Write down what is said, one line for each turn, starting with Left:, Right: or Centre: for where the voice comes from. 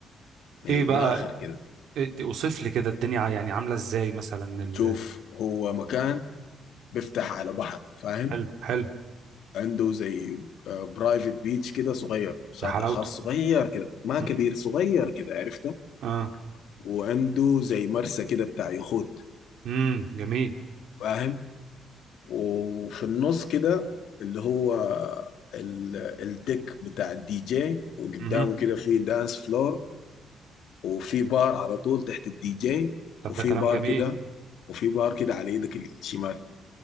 Left: من
Right: ايه
Left: الآخر
Right: بقى
Left: كده
Right: إيه دي- اوصف لي كده الدنيا ع- يعني عاملة ازاي مثلا ال...
Left: شوف هو مكان بيفتح على بحر فاهم
Right: حلو حلو
Left: عنده زي برايفت بيتش كده صغير شاطئ
Right: يا حلاوته
Left: خاص صغير كده ما
Right: امم
Left: كبير صغير كده عرفته
Right: اه
Left: وعنده زي مرسى كده بتاع يخوت
Right: امم جميل
Left: فاهم وفي النص كده اللي هو ال- الديك بتاع الدي جي وقدامه
Right: امم
Left: كده في دانس فلور وفي بار على طول تحت الدي جي
Right: طب
Left: وفي
Right: ده كلام
Left: بار
Right: جميل
Left: كده وفي بار كده على ايدك الشمال